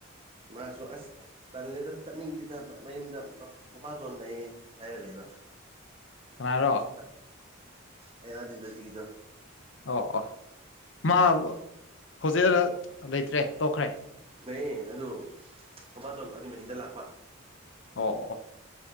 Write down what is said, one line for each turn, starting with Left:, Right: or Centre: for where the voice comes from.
Right: ꯃꯥꯁꯨ ꯑꯁ ꯇꯜꯂꯦꯗ ꯆꯠꯅꯤꯡꯗꯦꯗ ꯃꯌꯨꯝꯗ ꯃꯄꯥꯗꯣꯟ ꯅꯩꯌꯦ ꯍꯥꯏꯔ ꯂꯩꯕ
Left: ꯀꯅꯥꯔꯣ
Right: ꯑꯗꯨꯗꯤ ꯐꯠ ꯑꯩꯅꯗꯤꯗꯖꯤꯒꯤꯗꯣ
Left: ꯑꯣ ꯑꯣ ꯃꯥ ꯍꯣꯖꯇꯦꯜꯗ ꯂꯩꯇ꯭ꯔꯦ ꯇꯣꯛꯈ꯭ꯔꯦ
Right: ꯂꯩꯌꯦ ꯑꯗꯨ ꯃꯕꯥꯇꯣꯟ ꯑꯗꯨꯃꯗ ꯂꯥꯛꯄ
Left: ꯑꯣ ꯑꯣ